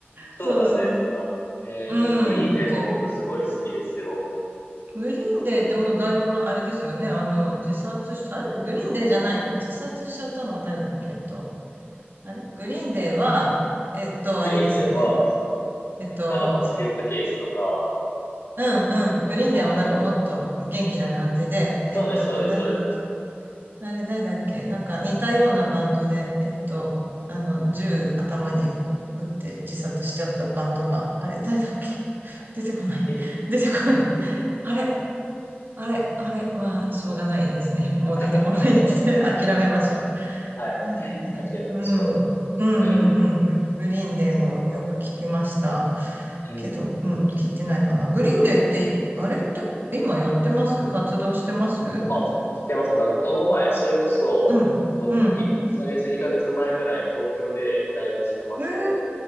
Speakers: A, on the left; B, on the right.
A: そうなんですか。
B: そうそう。
A: えー、
B: うん、
A: グリーンデーも僕すごい好きですよ。
B: j p o グリーンデーってもうだいぶ、ま、あれですよね。あの、自殺し、あれグリーンデーじゃない。自殺しちゃったのは誰だっけえっと、あれグリーンデーは、えっと、
A: グリーンデーは、
B: あれですよね。えっと、
A: あの、バスケットケースとか、
B: うんうん。グリーンデーはなんかもっと元気な感じで、
A: よく、あのそうです、
B: えっと、
A: そうです、
B: 誰だ、
A: そうです。そうです
B: あれ誰だっけなんか似たようなバンドで、えっと、あの、銃頭に撃って自殺しちゃったバンドが、
A: うん
B: あれ誰だっけ <laughs> 出てこない。
A: え、
B: <laughs> 出てこない。
A: ぜ
B: あれ、あれ、あれ、まあ、しょうがないですね。もう出てこないって
A: <laughs>
B: <laughs> 諦めましょう。
A: はい。
B: なんだっけな。
A: あきらめましょ
B: うん。うんうんうん。
A: う。うん。
B: グ、グリーンデーもよく聞きました。
A: そっか。うん、
B: けど、
A: うん、
B: うん、
A: うん。
B: 聞いてないかな。グリーンデーって、あれって今やってます活動してます
A: あ、知ってますよ。なんかこの前、それこそ、
B: うん。
A: ほんと、
B: うん。
A: 1ヶ月、2ヶ月前ぐらいに東京でライブしてましたよ。
B: えー